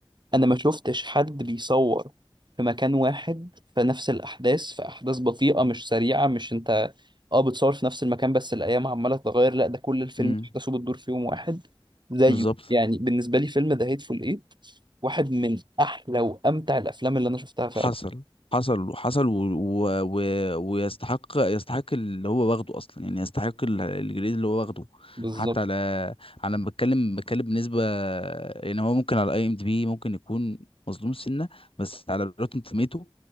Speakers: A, on the right; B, on the left.
A: أنا ما شفتش حد بيصور في مكان واحد في نفس الأحداث في أحداث بطيئة مش سريعة مش أنت أه بتصور في نفس المكان بس الأيام عمالة تتغير لا ده كل الفيلم
B: امم
A: أحداثه بتدور في يوم واحد زيه
B: بالظبط
A: يعني بالنسبة لي فيلم ذا هيتفول إيت واحد من أحلى وأمتع الأفلام اللي أنا شفتها فعلا
B: حصل حصل حصل و... و... و... ويستحق يستحق اللي هو واخده اصلا يعني يستحق ال- الجريد اللي هو واخده
A: بالظبط
B: حتى على على ما بتكلم بتكلم بالنسبه يعني هو ممكن على اي ام دي بي ممكن يكون مظلوم سنه بس على روتن توميتو